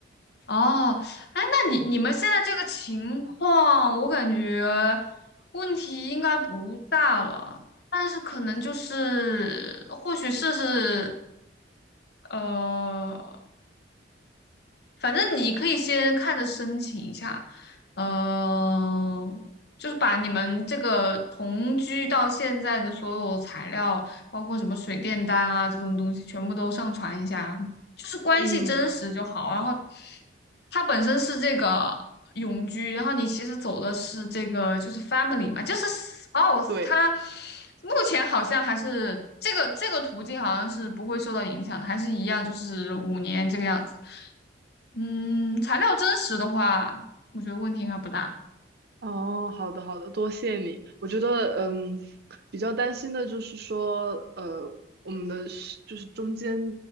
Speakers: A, on the left (about 60°); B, on the right (about 55°).
A: 哦，哎，那你你们现在这个情况，我感觉问题应该不大了，但是可能就是或许试试，呃，反正你可以先看着申请一下，呃，就是把你们这个同居到现在的所有材料，包括什么水电单啊这种东西，全部都上传一下，就是关系真实就好。
B: 嗯，
A: 然后它本身是这个永居，然后你其实走的是这个就是 family 嘛，就是 spouse。
B: 对。
A: 它目前好像还是这个这个途径好像是不会受到影响的，还是一样就是五年这个样子。嗯，材料真实的话，我觉得问题应该不大。
B: 哦，好的好的，多谢你。我觉得，嗯，比较担心的就是说，呃，我们的时就是中间